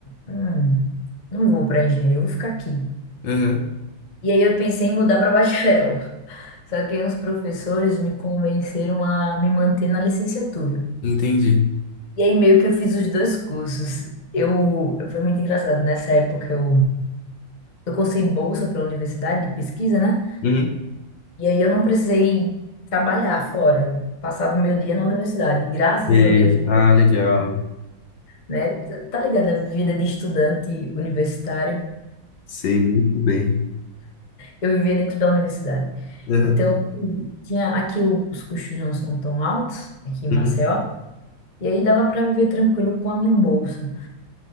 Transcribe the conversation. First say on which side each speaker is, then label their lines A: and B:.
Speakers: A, on the left; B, on the left.
A: "Hum, não vou para engenharia, eu vou ficar aqui.
B: Aham,
A: E aí eu pensei em mudar para bacharel. <laughs> Só que aí uns professores me convenceram a me manter na licenciatura.
B: Entendi.
A: E aí meio que eu fiz os dois cursos. Eu, foi muito engraçado, nessa época eu, eu consegui bolsa pela universidade de pesquisa, né?
B: Uhum.
A: E aí eu não precisei trabalhar fora. Eu passava meu dia na universidade. E graças
B: Sei.
A: a Deus, depois
B: Ah,
A: da
B: legal.
A: universidade, né? Tá tá ligado? A vida de estudante universitário,
B: Sei muito bem.
A: eu vivia dentro da universidade.
B: Aham,
A: Então, tinha aqui o- os custos não são tão altos, aqui em
B: uhum,
A: Maceió. E aí dava para viver tranquilo com a minha bolsa.